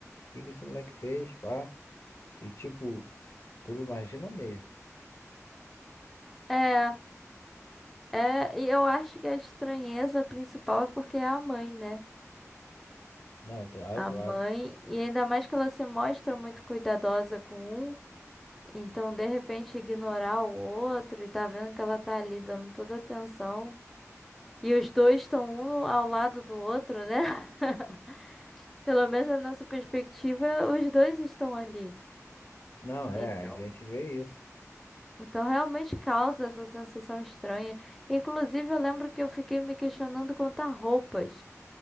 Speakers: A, on the left; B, in the centre.
A: que que esse moleque fez, pá? E tipo, tu não imagina mesmo.
B: É, é, e eu acho que a estranheza principal é porque é a mãe, né?
A: Não, claro,
B: A
A: claro.
B: mãe, e ainda mais que ela se mostra muito cuidadosa com um, então de repente ignorar o outro e tá vendo que ela tá ali dando toda atenção. E os dois estão um ao lado do outro, né? <laughs> Pelo menos na nossa perspectiva, os dois estão ali.
A: Não, é,
B: Então,
A: a gente vê isso.
B: então realmente causa essa sensação estranha. Inclusive, eu lembro que eu fiquei me questionando quanto a roupas.